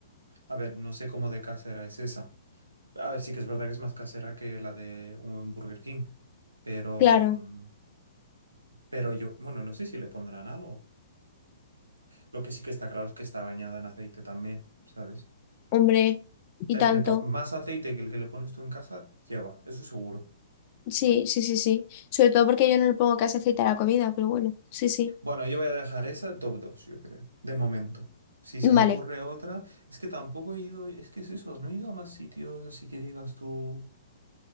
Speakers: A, on the right (about 80°); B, on the left (about 40°).
A: A ver, no sé cómo de casera es esa. A ver, sí que es verdad que es más casera que la de un Burger King, pero...
B: Claro.
A: mm, Pero yo, bueno, no sé si le pondrán algo. Lo que sí que está claro es que está bañada en aceite también, ¿sabes?
B: Hombre,
A: Te-
B: y tanto.
A: le po- más aceite que el que le pones tú en casa, lleva, eso seguro.
B: Sí, sí, sí, sí. Sobre todo porque yo no le pongo casi aceite a la comida, pero bueno, sí, sí.
A: Bueno, yo voy a dejar esa el top 2 yo creo, de momento. Si se
B: Vale.
A: me ocurre otra, es que tampoco he ido, es que es eso, no he ido a más sitios, así que digas tú,